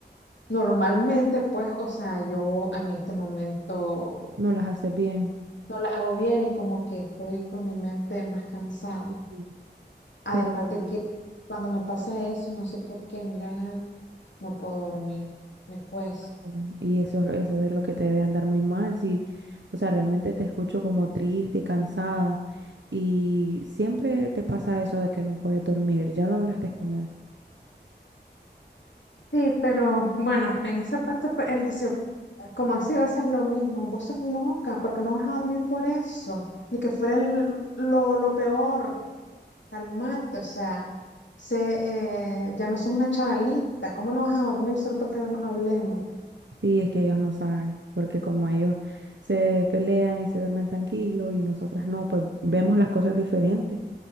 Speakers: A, on the left; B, on the right.
A: normalmente, pues, o sea, yo en este momento
B: no las haces bien.
A: no las hago bien y como que estoy con mi mente más cansada.
B: Ujú.
A: Además
B: Pero,
A: de que cuando me pasa eso, no sé por qué, mira, Gaby, no puedo dormir, me cuesta.
B: mira, y eso, eso es lo que te debe andar muy mal, sí. O sea, realmente te escucho como triste y cansada. Y siempre te pasa eso de que no puedes dormir. Ya lo hablaste con él.
A: Sí, pero bueno, en esa parte pues, él dice, como así vas a hacer lo mismo, vos sos loca, porque no vas a dormir por eso, ni que fuera el- lo, lo peor, calmate, o sea, sé, eh, ya no sos una chavalita, ¿cómo no vas a dormir solo porque no hablemos?
B: Sí, es que ellos no saben, porque como ellos se pelean y se duermen tranquilos y nosotras no, pues vemos las cosas diferentes